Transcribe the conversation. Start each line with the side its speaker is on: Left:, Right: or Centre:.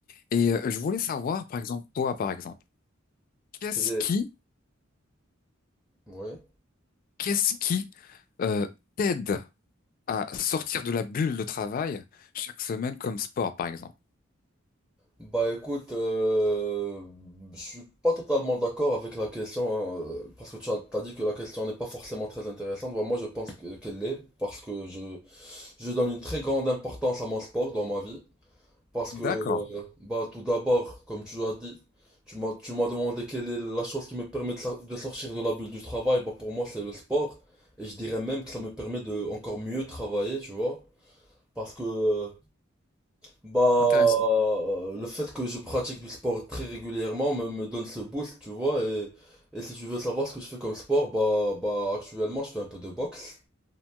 Left: Et euh, je voulais savoir, par exemple, toi, par exemple, qu'est-ce
Centre: Et-
Left: qui,
Centre: ouais.
Left: qu'est-ce qui euh, t'aide à sortir de la bulle de travail chaque semaine comme sport, par exemple?
Centre: Bah écoute, euh, je suis pas totalement d'accord avec la question, hein, parce que tu as, t'as dit que la question n'est pas forcément très intéressante. Bah, moi je pense que- qu'elle l'est, parce que je, je donne une très grande importance à mon sport dans ma vie. Parce que, euh,
Left: D'accord,
Centre: bah tout d'abord, comme tu as dit, tu m'as, tu m'as demandé quelle est la chose qui me permet de, sor- de sortir de la bulle du travail. Bah pour moi c'est le sport, et je dirais même que ça me permet de encore mieux travailler, tu vois. Parce que euh, Bah, euh,
Left: intéressant.
Centre: le fait que je pratique du sport très régulièrement me, me donne ce boost, tu vois. Et, et si tu veux savoir ce que je fais comme sport, bah, bah, actuellement, je fais un peu de boxe